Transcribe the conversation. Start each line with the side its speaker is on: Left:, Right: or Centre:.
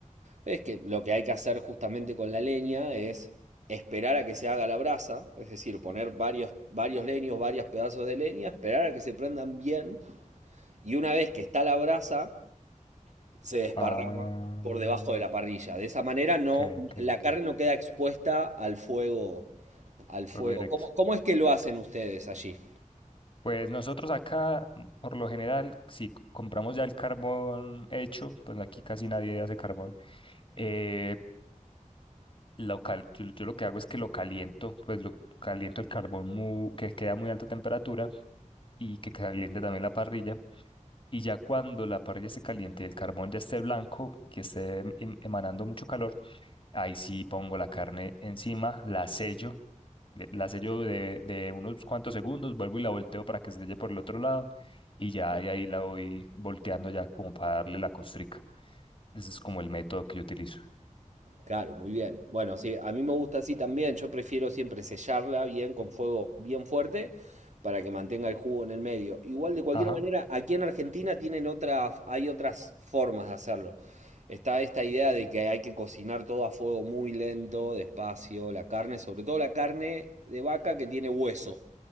Right: Es que lo que hay que hacer justamente con la leña es esperar a que se haga la brasa, es decir, poner varios, varios leños, varios pedazos de leña, esperar a que se prendan bien, y una vez que está la brasa, se desparrama
Left: Ah,
Right: por debajo de la parrilla. De esa manera no,
Left: ok, ok,
Right: la
Left: ok.
Right: carne no queda expuesta al fuego, al fuego.
Left: Fuego directo.
Right: ¿Cómo, cómo es que lo hacen ustedes allí?
Left: Pues nosotros acá, mm, por lo general, si c- compramos ya el carbón hecho, pues aquí casi nadie hace carbón. eh, lo cal- yo, yo lo que hago es que lo caliento, pues lo caliento el carbón mu- que queda a muy alta temperatura y que caliente también la parrilla. Y ya cuando la parrilla esté caliente y el carbón ya esté blanco, que esté em- emanando mucho calor, ahí sí pongo la carne encima, la sello le- La sello de, de unos cuantos segundos, vuelvo y la volteo para que se selle por el otro lado y ya de ahí la voy volteando ya como para darle la costrica. Ese es como el método que yo utilizo.
Right: Claro, muy bien. Bueno, sí, a mí me gusta así también. Yo prefiero siempre sellarla bien con fuego bien fuerte para que mantenga el jugo en el medio. Igual de cualquier
Left: Ajá.
Right: manera, aquí en Argentina tienen otras, hay otras formas de hacerlo. Está esta idea de que hay que cocinar todo a fuego muy lento, despacio, la carne, sobre todo la carne de vaca que tiene hueso.